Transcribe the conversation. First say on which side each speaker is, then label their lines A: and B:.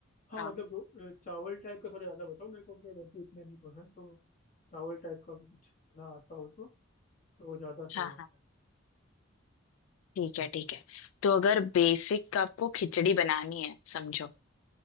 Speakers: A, on the left; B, on the left.
A: हाँ
B: हाँ
A: मतलब रो- चावल टाइप का थोड़ा ज़्यादा बताओ मेरे को क्योंकि रोटी इतना नहीं पसंद तो चावल टाइप का कुछ खाना आता हो तो तो वो ज़्यादा सही
B: हाँ
A: रहता
B: हाँ
A: है
B: ठीक है ठीक है तो अगर बेसिक आपको खिचड़ी बनानी है समझो